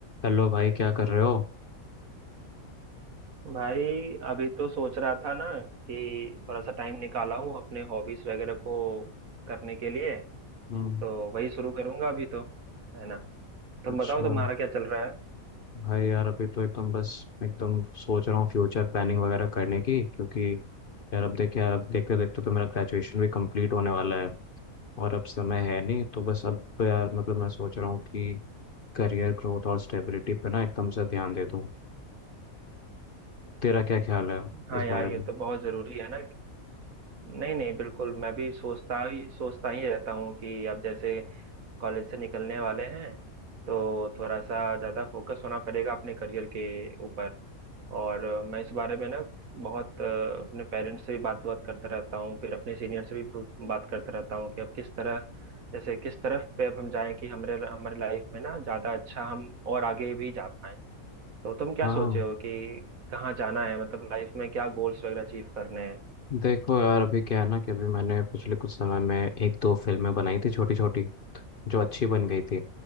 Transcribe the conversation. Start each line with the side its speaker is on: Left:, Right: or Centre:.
Left: Hello भाई क्या कर रहे हो
Right: भाई अभी तो सोच रहा था ना कि थोड़ा सा टाइम निकाला हूँ अपने हॉबीज वगैरह को करने के लिए
Left: हम्म
Right: तो वही शुरू करूंगा अभी तो है ना तुम
Left: अच्छा
Right: बताओ तुम्हारा क्या चल रहा है
Left: भाई यार अभी तो एकदम बस एकदम सोच रहा हूँ फ्यूचर प्लानिंग वगैरह करने की क्योंकि यार अब देखिए यार अब देखते देखते तो मेरा ग्रेजुएशन भी कंप्लीट होने वाला है और अब समय है नहीं तो बस अब तो यार मतलब मैं सोच रहा हूँ कि करियर ग्रोथ और स्टेबिलिटी पे ना एकदम से ध्यान दे दूँ तेरा क्या ख्याल है
Right: हाँ
Left: इस
Right: यार
Left: बारे
Right: ये
Left: में
Right: तो बहुत जरूरी है ना नहीं नहीं बिल्कुल मैं भी सोचता ही सोचता ही रहता हूँ कि अब जैसे कॉलेज से निकलने वाले हैं तो थोड़ा सा ज्यादा फोकस होना पड़ेगा अपने करियर के ऊपर और अ, मैं इस बारे में ना बहुत अ, अपने पेरेंट्स से भी बात बात करता रहता हूँ फिर अपने सीनियर से भी पू- बात करता रहता हूँ कि अब किस तरह जैसे किस तरफ पे अब हम जाएं कि हमारे हमारे लाइफ में ना ज्यादा अच्छा हम और आगे भी जा पाएं तो तुम क्या
Left: हाँ
Right: सोचे हो कि कहाँ जाना है मतलब लाइफ में क्या गोल्स वगैरह अचीव करने हैं
Left: देखो यार अभी क्या है ना कि अभी मैंने पिछले कुछ समय में एक दो फिल्में बनाई थी छोटी छोटी जो अच्छी बन गई थी